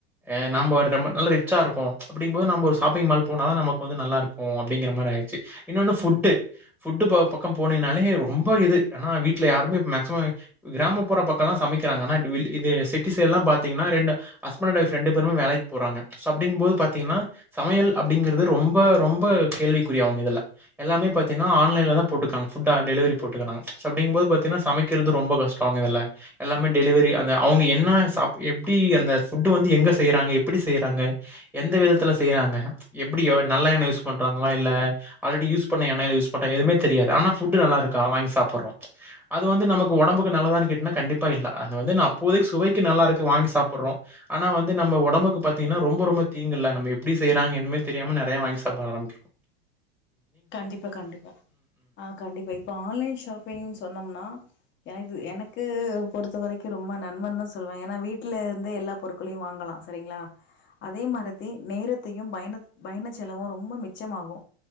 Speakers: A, in the centre; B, on the left.
A: ஏ நம்போர் நம்ம நல்ல ரிச்சாருக்கோ அப்டிங் போது நம்ம ஒரு சாப்பிங் மால் போனாதா நமக்கு வந்து நல்லாருக்கு அப்டிங்கிற மாரி ஆயிடிச்சி இன்னொன்னு ஃபுட்டு ஃபுட்டு ப பக்கோ போனினாலே ரொம்ப இது ஏனா வீட்ல யாருமே மேக்சிமம் கிராமப்புற பக்கல்லா சமைக் குறாங்க அனா டுவில் இதே சிட்டி சைட்லா பாத்தீங்னா ரெண்டு ஹஸ்பணன்டு வெயிஃப் ரெண்டு பேருமே வேலைக்கு போறாங்க சோ அப்டிங்போது பாத்தீங்னா சமையல் அப்டிங்கறது ரொம்ப ரொம்ப கேள்விக்குரியாவு இதுல எல்லாமே பாத்தின்னா ஆன்லைன்லதா போட்டுக்றாங்க ஃபுட்டா டெலிவரி போட்டுக்கறாங்க சோ அப்டிங்போது பாத்தினா சமைக்கிறது ரொம்ப கஷ்டோங்க இதுல எல்லாமே டெலிவெரி அந்த அவுங்க என்னா சாப்பு எப்டி அந்த ஃபுட்டு வந்து எங்க‌ செய்றாங்க எப்பிடி செய்றாங்க எந்த விதத்துல செய்யிறாங்க எப்டியோ‌‌ நல்ல எண்ண யூஸ் பண்றாங்ளா இல்ல ஆல்ரெடி யூஸ் பண்ண எண்ணயில யூஸ் பண்றா எதுமே தெரியாது ஆனா ஃபுட்டு நல்லாருக்கா வாங்கி சாப்புர்றோ அது வந்து நமக்கு ஒடம்புக்கு நல்லதானு கேட்னா கண்டிப் ப்பா இல்ல அது வந்துனா அப்போதைக்கு சுவைக்கு நல்லாருக்கு வாங்கி சாப்புட்றோ ஆனா வந்து நம்ம ஒடம்புக்கு பாத்தினா ரொம்ப ரொம்ப தீங்குல்ல நம்ம எப்டி செய்றாங் எதுமே தெரியாம நெறைய வாங்கி சாப்புட ஆரம்பிக்கிறோ
B: கண்டிப்பா கண்டிப்பா அ கண்டிப்பா இப்ப ஆன்லைன் ஷாப்பிங் சொன்னம்னா எனக்கு தெ எனக் கு பொறுத்த வரைக்கு ரொம்ப நன்மந்தா சொல்வே ஏனா வீட்லேருந்தே எல்லா பொருட்களையு வாங்கலா சரிங்களா அதே மரத்தி நேரத் தியு பயணத் பயண செலவு ரொம்ப மிச்சமாகு